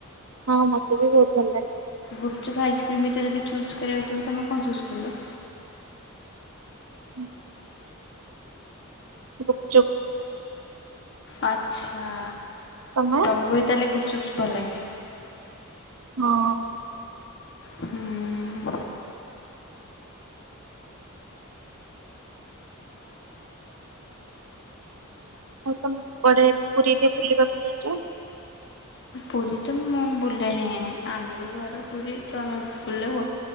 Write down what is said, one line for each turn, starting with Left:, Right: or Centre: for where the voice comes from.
Right: ହଁ ମତେ ବି ବହୁତ ଭଲ ଲାଗେ।
Left: ଗୁପଚୁପ ଆଇସ୍କ୍ରିମ୍ ଭିତରେ ଯଦି ଚୁଜ୍ କରିବାକୁ ତେବେ ତମେ କଣ ଚୁଜ୍ କରିବ?
Right: ହୁ। ଗୁପଚୁପ।
Left: ଆଚ୍ଛା!
Right: ତମେ
Left: ତମକୁ ବି ତାହେଲେ ଗୁପୁଚୁପୁ ଚୁପ୍ ଭଲ ଲାଗେ?
Right: ହଁ।
Left: ହୁଁ।
Right: ହଁ ତମେ କୁଆଡ଼େ ପୁରୀରେ ବୁଲିବାକୁ ଯାଇଛ?
Left: ପୁରୀ ତ ମୁଁ ବୁଲେ ହିଁ ଆମରୀ ଘର ପୁରୀ ତ ଆମେ ବୁଲୁ।